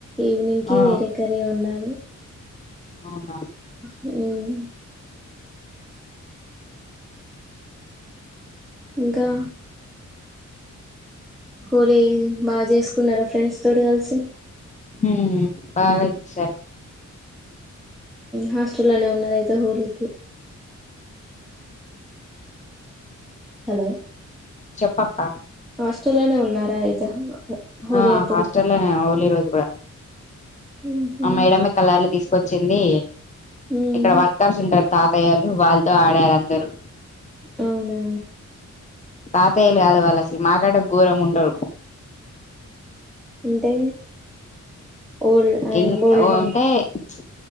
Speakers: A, in the centre; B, on the left.
A: ఈవినింగ్ కి
B: ఆ
A: వేరే కర్రీ వండాలి.
B: అవునా
A: హ్మ్ ఇంకా హోలీ బా చేసుకున్నారా ఫ్రెండ్స్ తోటి కలిసి
B: హ్మ్ బాగా చూసారు
A: హాస్టల్లోనే ఉన్నారు అయితే హోలీ కి హలో
B: చెప్పక్కా
A: హాస్టల్లోనే ఉన్నారా అయితే హోలీ
B: ఆ
A: అప్పుడు
B: హాస్టల్లోనే ఓలీ రోజు కూడా
A: ఉహు
B: ఆ మేడమే కలర్లు తీసు కొచ్చింది
A: ఉమ్
B: ఇక్కడ వర్కర్స్ ఉంటారు తాతయ్యలు వాళ్ళతో ఆడారు అందరూ
A: అవునా
B: తాతయ్యలు కాదు వాళ్ళసలు మాకంటే ఘోరంగా ఉంటరు.
A: అంటే ఓల్డ్
B: ఎం
A: ఓల్డ్
B: ఓ అంటే ప్చ్